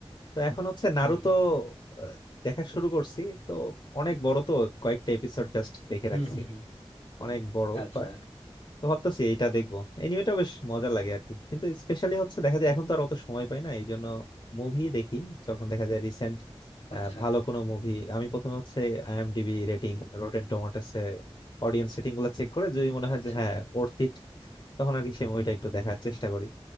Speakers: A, on the left; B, on the left.
A: তো এখন হচ্ছে নারুতো
B: হুম হুম
A: আহ, দেখা শুরু করছি তো অনেক বড় তো কয়েকটা এপিসোড জাস্ট দেখে
B: হুম
A: রাখছি
B: হুম হুম
A: অনেক বড়
B: আচ্ছা
A: বাট তো ভাবতেছি এটা দেখবো এনিমেটা বেশ মজা লাগে আর কি কিন্তু স্পেশালি হচ্ছে দেখা যায় এখন তো আর অত সময় পাই না এই জন্য মুভি দেখি যখন দেখা যায় রিসেন্ট
B: আচ্ছা
A: ভালো কোনো মুভি আমি প্রথমে হচ্ছে আইএমডিবি রেটিং রোটেন টমেটোস এ অডিয়েন্স রেটিং গুলো চেক করে যদি মনে হয়
B: আচ্ছা
A: যে হ্যাঁ
B: আচ্ছা
A: ওর্থ ইট তখন আর কি সেই মুভিটা একটু দেখার
B: হুম
A: চেষ্টা
B: হুম।
A: করি